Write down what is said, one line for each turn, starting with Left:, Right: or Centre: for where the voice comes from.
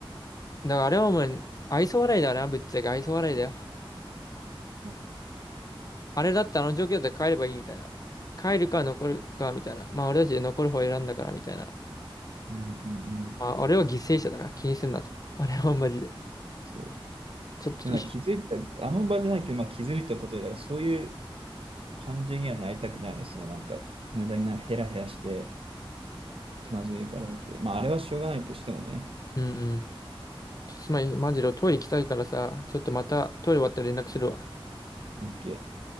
Left: だからあれはもう愛想笑いだな、ぶっちゃけ愛想笑いだよ。
Right: ま
Left: あれだったらあの状況だったら帰ればいいみたいな。帰るか残るかみたいな。まあ俺たちで残る方を選んだからみたいな。
Right: うんうんうん。
Left: まあ俺は犠牲者だから気にすんな。あれはマジで。
Right: そう。
Left: ちょっとい、
Right: でなんか気づいた、あの場じゃないけど、まあ気づいたことで、だからそういう感じにはなりたくないです。そのなんか、無駄になんかヘラヘラして気まずいからって。まあ、あれはしょうがないとしてもね。
Left: うんうん。ちょっとすまん、マジでトイレ行きたいからさ、ちょっとまたトイレ終わったら連絡するわ。
Right: OK。